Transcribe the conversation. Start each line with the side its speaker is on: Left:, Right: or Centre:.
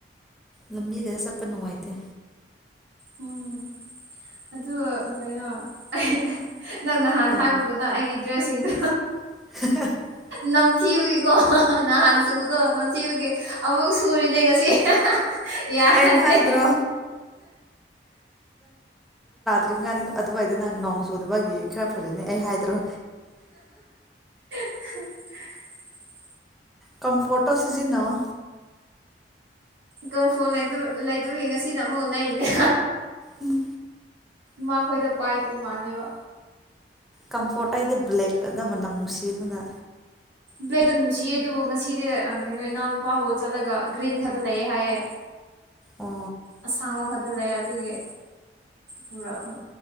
Centre: ꯂꯝꯕꯤꯒꯖꯦ ꯆꯠꯄ ꯅꯨꯡꯉꯥꯏꯇꯦ
Right: ꯎꯝ ꯑꯗꯨ ꯀꯩꯅꯣ ꯑꯪꯍꯩ ꯅꯪ ꯅꯍꯥꯟ
Centre: ꯀꯔꯤ
Right: ꯍꯥꯏꯕꯒꯨꯝꯅ ꯑꯩꯒꯤ ꯗ꯭ꯔꯦꯁ ꯁꯤꯡꯗꯨ
Centre: <unintelligible>
Right: ꯅꯝꯊꯤꯕꯒꯤꯀꯣ ꯅꯍꯥꯟ ꯁꯨꯕꯗꯣ ꯅꯝꯊꯤꯕꯒꯤ ꯑꯃꯨꯛ ꯁꯨꯔꯤꯅꯦ ꯉꯁꯤ ꯌꯥꯗꯦ
Centre: ꯑꯩꯅ ꯍꯥꯏꯗ꯭ꯔꯣ ꯑꯗꯨꯀꯥꯅꯤ ꯑꯗꯨꯋꯥꯏꯗ ꯅꯪ ꯅꯣꯡ ꯆꯨꯗꯕꯒꯤ ꯈꯔ ꯐꯖꯅꯤ ꯑꯩ ꯍꯥꯏꯗ꯭ꯔꯣ
Right: <unintelligible>
Centre: ꯀꯝꯐꯣꯔꯠꯇꯣ ꯁꯤꯖꯤꯟꯅꯧꯋꯣ
Right: ꯀꯝꯐꯣꯠ ꯂꯩꯇꯕ ꯂꯩꯇꯕꯒꯤ ꯉꯁꯤꯅ ꯑꯃꯨꯛ ꯂꯩꯔꯤꯅꯦ
Centre: ꯎꯝ
Right: ꯃꯥꯈꯣꯏꯗ ꯄꯥꯏꯗꯕ ꯃꯥꯂꯦꯕ
Centre: ꯀꯝꯐꯣꯔꯠ ꯍꯥꯏꯗꯤ ꯕ꯭ꯂꯦꯛ ꯑꯗꯨ ꯃꯅꯝ ꯅꯨꯡꯁꯤ ꯗꯨꯅ
Right: ꯕ꯭ꯂꯦꯛ ꯇꯣ ꯅꯨꯡꯁꯤꯌꯦ ꯑꯗꯨꯕꯨ ꯉꯁꯤꯗꯤ ꯑ ꯀꯩꯅꯣ ꯏꯅꯥꯎꯅꯨꯄꯥꯕꯨ ꯆꯠꯂꯒ ꯒ꯭ꯔꯤꯟ ꯈꯛꯇ ꯂꯩꯌꯦ ꯍꯥꯏꯌꯦ
Centre: ꯑꯣ
Right: ꯑꯁꯥꯡꯕ ꯈꯛꯇ ꯂꯩꯌꯦ ꯑꯗꯨꯒꯤ ꯄꯨꯔꯛꯄ